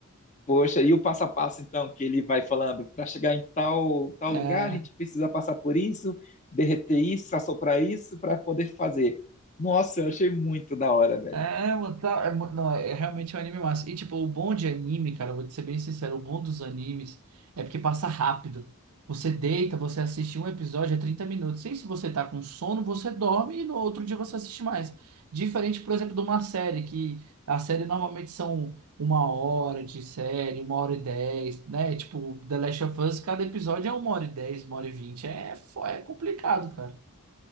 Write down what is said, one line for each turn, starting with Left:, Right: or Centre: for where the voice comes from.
Left: Poxa, e o passo a passo então que ele vai falando, para chegar em tal tal
Right: É.
Left: lugar, a gente precisa passar por isso, derreter isso, assoprar isso para poder fazer. Nossa, eu achei muito da hora, velho.
Right: É, mano, tá, é, mu- não, é é realmente um anime massa. E tipo, o bom de anime, cara, eu vou te ser bem sincero, o bom dos animes é porque passa rápido. Você deita, você assiste um episódio é 30 minutos. E se você tá com sono, você dorme e no outro dia você assiste mais. Diferente, por exemplo, de uma série, que a série normalmente são uma hora de série, uma hora e dez, né? Tipo, The Last of Us, cada episódio é uma hora e dez, uma hora e vinte. É, fo- é complicado, cara.